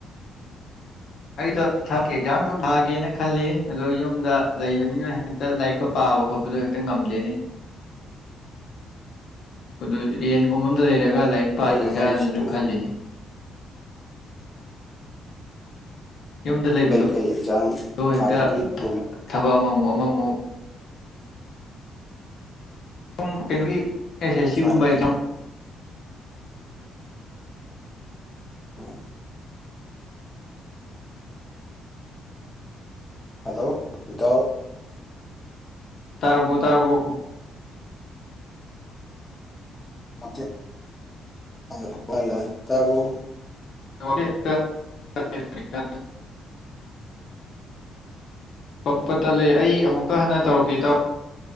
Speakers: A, on the left; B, on the left.
A: ꯑꯩꯗꯣ ꯊ ꯑꯦꯛꯖꯥꯝ ꯁꯨꯝ ꯊꯥꯒꯦꯅ ꯈꯜꯂꯤ ꯑꯗꯣ ꯌꯨꯝꯗ ꯂꯩꯕꯅꯤꯅ ꯍꯦꯛꯇ ꯂꯥꯏꯔꯤꯛꯀ ꯄꯥ ꯆꯥꯕ ꯈꯣꯠꯄꯗꯨ ꯍꯦꯛꯇ ꯉꯝꯗꯦꯅꯤ ꯑꯗꯨ ꯔꯦꯟꯒꯨꯝꯕꯝꯗ ꯂꯩꯔꯒ ꯂꯥꯏꯔꯤꯛ ꯄꯥꯁꯤꯔꯅꯁꯨ
B: ꯀꯩꯅꯣ ꯍꯥꯏꯔꯤꯁꯤꯕꯨ
A: ꯈꯜꯂꯤꯅꯤ ꯌꯨꯝꯗ ꯂꯩꯕꯗꯣ
B: ꯀꯔꯤ ꯀꯔꯤ ꯑꯦꯛꯖꯥꯝ
A: ꯑꯗꯨ ꯍꯦꯛꯇ
B: ꯊꯥ ꯈꯣꯠꯇꯅ ꯇꯧꯒꯤ
A: ꯊꯕꯛ ꯑꯃꯃꯨꯛ ꯑꯃꯃꯨꯛ ꯁ ꯀꯩꯅꯣꯒꯤ ꯑꯦꯁ ꯑꯦꯁ ꯁꯤꯒꯨꯝꯕ
B: ꯃꯥꯅꯤ
A: ꯑꯦꯛꯖꯥꯝ
B: ꯃꯥꯅꯤ ꯎꯝ ꯍꯜꯂꯣ ꯏꯇꯥꯎ
A: ꯇꯔꯕꯨꯣ ꯇꯔꯕꯨꯣ
B: ꯑ <unintelligible> ꯍ ꯇꯔꯕꯣ
A: <unintelligible> ꯄ ꯇꯠꯂꯦ ꯑꯩ ꯑꯃꯨꯛꯀ ꯍꯟꯅ ꯇꯧꯔꯛꯀꯦ ꯇꯥꯎ